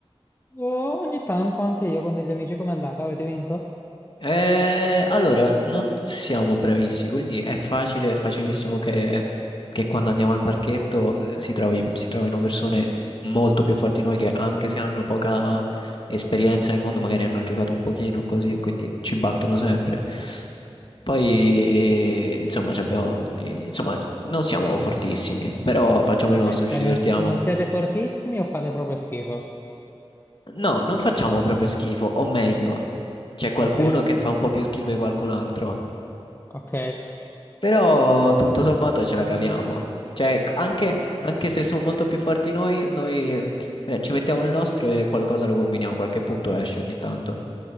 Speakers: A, on the left; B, on the left.
A: Oh, ogni tanto anche io con degli amici, com'è andata? Avete vinto?
B: Eh, allora, non siamo bravissimi, quindi è facile, è facilissimo che, che quando andiamo al parchetto eh, si trovi- si trovino persone molto più forti di noi che anche se hanno poca esperienza nel mondo, magari hanno giocato un pochino così e quindi ci battono sempre. Poi, insomma, ci abbiamo- eh, insomma, non siamo fortissimi, però facciamo il
A: Ok,
B: nostro,
A: cioè
B: ci divertiamo.
A: non, si- non siete fortissimi o fate proprio schifo?
B: No, non facciamo proprio schifo, o meglio, c'è qualcuno
A: Ok,
B: che fa un po' più schifo di qualcun altro.
A: ok,
B: Però tutto sommato ce la caviamo. Cioè, c- anche,
A: Ah,
B: anche se sono molto più forti noi, noi eh, ci mettiamo il nostro e qualcosa lo combiniamo, qualche punto esce ogni tanto.